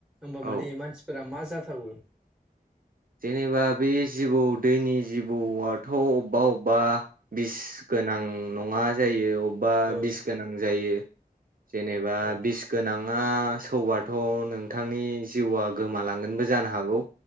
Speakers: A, in the centre; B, on the right.
A: ओमबा
B: औ
A: माने मानसिफोरा मा जाथावो
B: जेनेबा बे जिबौ दैनि जिबौआथ ओबावबा ओबावबा बिस गो गोनां नंङा जायो अबौबा
A: औ
B: बिस गोनां जायो। जेनेबा
A: औ
B: बिस गोनां मा सौबाथ नोंथांनि जिउआ गोमालांगोनबो जानो हागौ।